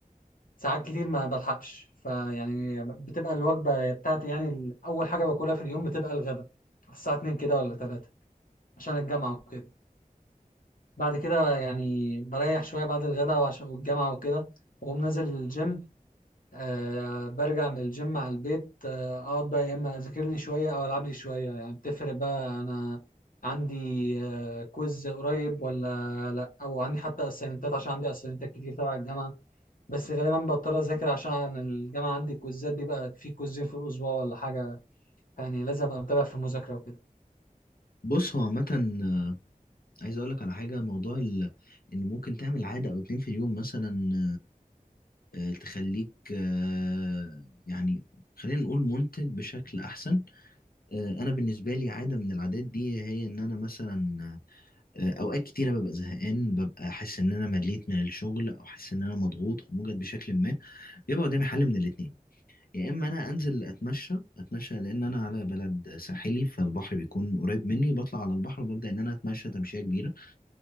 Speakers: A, on the left (about 65°); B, on the left (about 80°).
A: ساعات كتير ما بلحقش فيعني بتبقى الوجبة بتاعتي يعني أول حاجة باكلها في اليوم بتبقى الغداء الساعة 2 كده ولا 3 عشان الجامعة وكده بعد كده يعني بريح شوية بعد الغداء وعشان والجامعة وكده وأقوم نازل الجيم آه برجع من الجيم على البيت آه، اقعد بقى يا اما اذاكر لي شويه او العب لي شويه يعني بتفرق بقى انا عندي آه كويز قريب ولا لا او عندي حتى اسايمنتات عشان عندي اسايمنتات كتير تبع الجامعه بس غالبا بضطر اذاكر عشان الجامعه عندي كويزات بيبقى في كويزين في الاسبوع ولا حاجه يعني لازم ابقى متابع في المذاكره وكده
B: بص هو عامة آه، عايز أقولك على حاجة موضوع ال... إن ممكن تعمل عادة أو اتنين في اليوم مثلا آه، آه، تخليك آه، يعني خلينا نقول منتج بشكل أحسن آه، أنا بالنسبة لي عادة من العادات دي هي إن أنا مثلا آه، آه، أوقات كتيرة ببقى زهقان ببقى حاسس إن أنا مليت من الشغل أو حاسس إن أنا مضغوط أو موجد بشكل ما بيبقى قدامي حل من الاتنين يا اما انا انزل اتمشى اتمشى لان انا على بلد ساحلي فالبحر بيكون قريب مني بطلع على البحر وببدا ان انا اتمشى تمشيه كبيره